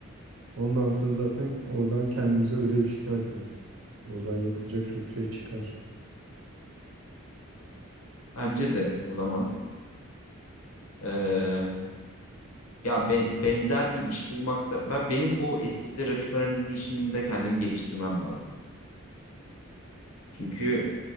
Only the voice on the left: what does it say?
Bence de o zaman. e, Ya ben, benzer bir iş bulmakta ben benim bu Etsy'de rakip analizi işinde kendimi geliştirmem lazım. Çünkü